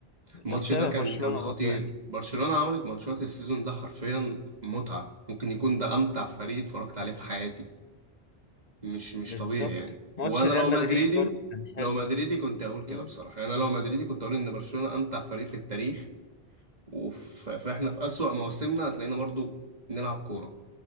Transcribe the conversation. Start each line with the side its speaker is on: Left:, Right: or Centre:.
Right: الماتش
Left: انا متابع
Right: ده كان
Left: برشلونة
Right: كان خطير
Left: برضو يعني
Right: برشلونة عملت ماتشات السيزون ده حرفيا متعة ممكن يكون ده امتع فريق اتفرجت عليه في حياتي مش مش
Left: بالظبط
Right: طبيعي يعني
Left: ماتش
Right: وانا
Left: ريال
Right: لو مدريدي
Left: مدريد برضو كان حلو
Right: لو مدريدي كنت اقول كده
Left: مم.
Right: بصراحه يعني انا لو مدريدي كنت اقول ان برشلونه امتع فريق في التاريخ وف- فاحنا في اسوأ مواسمنا هتلاقينا برضو نلعب كوره